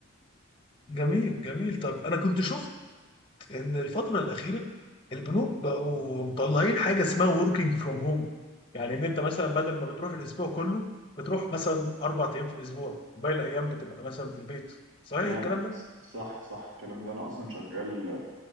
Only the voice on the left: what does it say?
جميل جميل طب انا كنت شفت ان الفتره الاخيره البنوك بقوا مطلعين حاجه اسمها working from home يعني ان انت مثلا بدل ما بتروح الاسبوع كله بتروح مثلا اربع ايام في الاسبوع باقي الايام بتبقى مثلا في البيت صحيح
الكلام ده